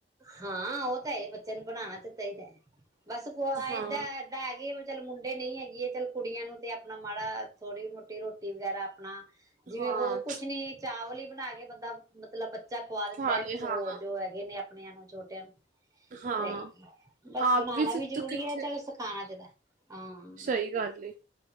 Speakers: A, on the right; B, on the right.
A: ਹਾਂ ਉਹ ਤਾਂ ਇਹ ਬੱਚੇ ਨੂੰ ਬਣਾਣਾ ਤੇ ਚਾਹੀਦਾ। ਬਸ ਕੋ ਏਦ
B: ਹਾਂ
A: ਏਦਾਂ ਹੈਗੀ। ਚੱਲ ਮੁੰਡੇ ਨਹੀਂ ਹੈਗੀ ਏ, ਚੱਲ ਕੁੜੀਆਂ ਨੂੰ ਤੇ ਆਪਣਾ ਮਾੜਾ ਥੋੜ੍ਹੀ ਮੋਟੀ ਰੋਟੀ ਵਗੈਰਾ ਆਪਣਾ ਜਿਵੇਂ
B: ਹਾਂ
A: ਹੋਰ ਕੁਛ ਨੀ ਚਾਵਲ ਹੀ ਬਣਾ ਕੇ ਬੰਦਾ ਮਤਲਬ ਚਲ ਖਵਾ ਦਿੰਦਾ
B: ਖਾ
A: ਹੈ,
B: ਲਏ
A: ਕਿਸੇ
B: ਹਾਂ
A: ਹੋਰ ਜੋ ਹੈਗੇ ਨੇ ਆਪਣੀਆਂ ਨੂੰ ਛੋਟਿਆਂ ਨੂੰ
B: ਹਾਂ
A: ਤੇ ਬਸ
B: ਆਪ
A: ਬਣਾਉਣਾ ਵੀ ਜ਼ਰੂਰੀ
B: ਤੂੰ ਕਿੱਥੇ
A: ਹੈ, ਚਲੋ ਸਿਖਾਣਾ ਚਾਹੀਦਾ। ਹਮ
B: ਸਹੀ ਗੱਲ ਏ,